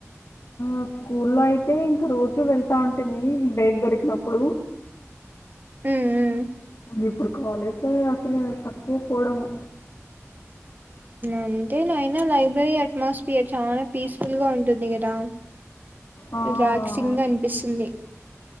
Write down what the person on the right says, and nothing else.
ఊమ్ ఊమ్
అంటే నైనా లైబ్రరీ అట్మాస్ఫియర్ చానా పీస్ఫుల్గ ఉంటుంది గదా
రిలాక్సింగ్ గ అన్పిస్తుంది